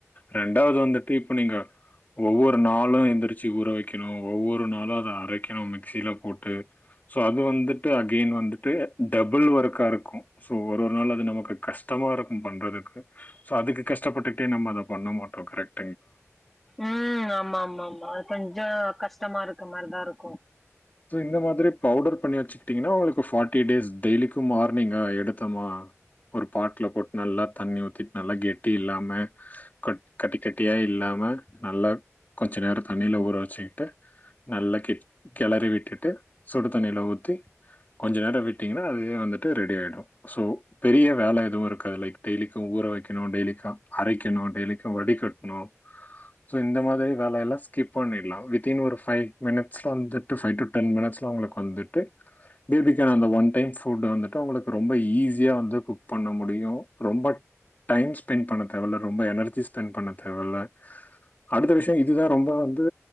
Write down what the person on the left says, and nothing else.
ரெ ரெண்டாவது வந்துட்டு இப்ப நீங்க ஒவ்வொரு நாளு எந்திரிச்சு ஊற வக்கணு ஒவ்வொரு நாளு அத அரைக் க்கணு மிக்சில போட்டு சோ அது வந்துட்டு அகென் வந்துட்டு டபுள் ஒர்க்கா இருக்கு சோ ஒரு ஒரு நாள் அது நமக்கு கஷ்டமா இருக்கு பண்றதுக்கு சோ அதுக்கு கஷ்டப்பட்டுக்கிட்டே நம்ம அத பண்ண மாட்டோ கரெக்
சோ இந்த மாதிரி பவுடர் பண்ணி வச்சுகிட்டீங்கனா உங்களுக்கு பார்ட்டிடேஸ் டெய்லிக்கு மார்னிங்கா எடுத்தமா ஒரு பாட்டுல போட்டு நல்லா தண்ணி ஊத்திட்டு நல்லா கெட்டி இல்லாம க கட்டி கட்டியா இல்லாம மட் நல்லா கொஞ்ச நேரோ தண்ணில ஊற வச்சுக்கிட்டு நல்ல கெட் கெளறிவிட்டுட்டு சுடு தண்ணில ஊத்தி கொஞ்ச நேர விட்டீங்கன்னா அதுவே வந்துட்டு ரெடி ஆயிடு சோ பெரிய வேல எதுவு இருக்காது லைக் டெய்லிக்கும். ஊற வைக்கணு டெய்லி கா அரைக்கணு டெய்லிக்கு வடிகட்ணு சோ இந்த மாதிரி வேலையல்லா ஸ்கிப் பண்ணிடலா வித்தின் ஒரு பைவ் மினிட்ஸ்ல வந்து. பைவ் டு டென் மினிட்ஸ்ல அவங்களுக்கு வந்துட்டு. பேபிகான் அந்த ஒன் டைம் ஃபுட்டு வந்துட்டு உங்களுக்கு ரொம்ப ஈஸியா வந்து குக் பண்ண முடியு ரொம்ப. டைம் ஸ்பெண்பண்ண தேவல்ல ரொம்ப எனர்ஜி ஸ்பெண் பண்ண தேவல்ல. அடுத்த விஷயோ இதுதா ரொம்ப வந்து